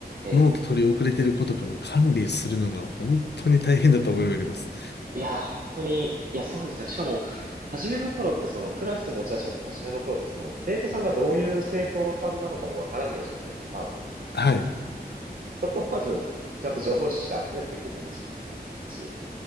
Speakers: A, on the right (about 55°); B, on the left (about 85°).
A: ええ
B: ノート取り遅れてる子とかの管理するのが本当に大変だと思いがあります。
A: いやー、本当に、いや、そうですよ。しかも、初めの頃ってそのクラス持ち始めた初めの頃ってその生徒さんがどういう生徒さんなのかもわからない状態でスタートな
B: はい。
A: そこをまず、ちゃんと情報収集して集めていくのも時間かかりますし。